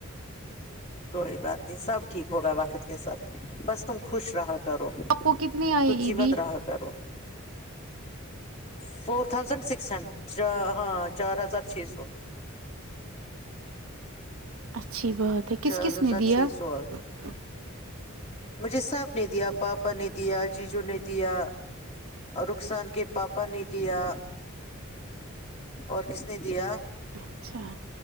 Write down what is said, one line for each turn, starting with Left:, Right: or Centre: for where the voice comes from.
Left: کوئی بات نہیں سب ٹھیک ہوگا واقت کے ساتھ بس تم خوش رہ <unintelligible> کرو
Right: آپ کو کتنی آئی
Left: رکی
Right: عیدی
Left: مت رہا کرو <unintelligible> فور تھاؤزینڈ سکس ہنڈریڈ ہاں چار ہزار چھ سو <unintelligible>
Right: اچھا <unintelligible> اچھی بہات ہے کس
Left: چار
Right: کس
Left: ہزار
Right: نے دیا
Left: چھ سو آ گئے
Right: <unintelligible>
Left: مجھے صاحب نے دیا پاپا نے دیا جیجو نے دیا اور رخسان کے پاپا نے دیا اور کس نے دیا <unintelligible>
Right: اچھا <unintelligible>